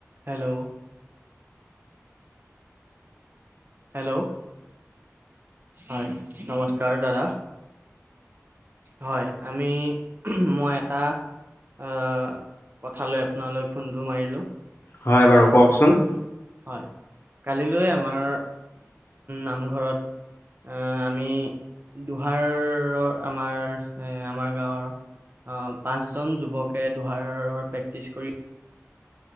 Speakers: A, on the right; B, on the left.
A: Hello. Hello. হয়, নমস্কাৰ দাদা। হয়, আমি, মই এটা, আহ, কথা লৈ আপোনালৈ ফোনটো মাৰিলো।
B: হয় বাৰু, কওঁকচোন?
A: হয়, কালিলৈ আমাৰ, নামঘৰত এ, আমি দুহাৰৰ, আমাৰ এ, আমাৰ গাঁৱৰ অ', পাঁচ জন যুৱকে দহাৰৰ, প্ৰেক্টিচ কৰি